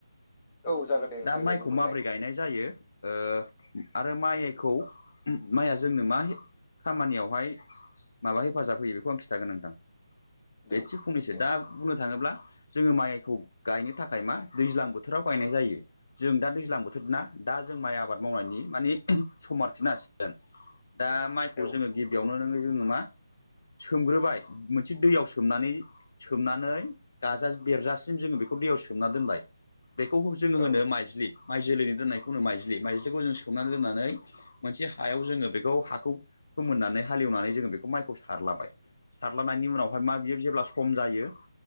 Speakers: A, on the left; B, on the left.
A: औ जागोन दे नोंथां
B: दा माइखौ
A: दे बुंग्रोनाय
B: माबोरै गायनाय जायो ओ आरो माइखौ माइया जोंनो मा खामानियावहाय माबा हेफाजाब होयो बेखौ आं खिन्थागोन नोंथां बे
A: दे
B: एसे
A: औ
B: फंनैसो
A: दे
B: दा बुंनो थाङोब्ला जोङो माइखौ गायनो थाखाय मा दैज्लां बोथोराव गायनाय जायो जों दा दैज ज्लां बोथोरना दा जों माइ आबाद मावनायनि मानि समा आरोखिना सिजोन दा माइ खौ
A: औ
B: जोङो गिबियावनो नोङो जोङो मा सोमग्रोबाय मोनसे दैयाव सोमनानै सोमनानै गाजा बेरजासिम जोङो बेखौ दैयाव सोमना दोनबाय बेखौ जोङो होनो
A: औ
B: माइज्लि माइ जोलैनो दोननायखौ होनो माइज्लि माइज्लिखौ जों सोमनानै दोननानै मोनसे हायाव जोङो बेखौ हाखौ फोमोननानै हालेवनानै जोङो बेखौ माइखौ सारलाबाय सारलानायनि उनावहाय मा बियो जेब्ला सम जायो